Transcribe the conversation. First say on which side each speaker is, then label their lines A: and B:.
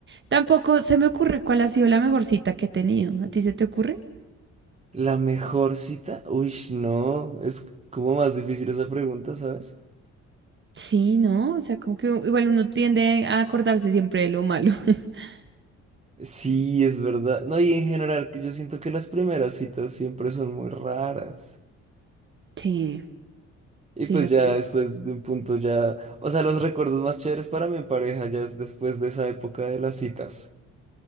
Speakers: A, on the right; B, on the right.
A: tampoco se me ocurre cuál ha sido la mejor cita que he tenido. ¿A ti se te ocurre?
B: ¿La mejor cita? Uy, no, es como más difícil esa pregunta, ¿sabes?
A: Sí, ¿no? O sea, como que igual uno tiende a acordarse siempre de lo malo. <laughs>
B: Sí, es verdad. No, y en general, que yo siento que las primeras citas siempre son muy raras.
A: Sí,
B: Y
A: sí,
B: pues
A: las...
B: ya
A: prim-
B: después de un punto ya, o sea, los recuerdos más chéveres para mi pareja ya es después de esa época de las citas.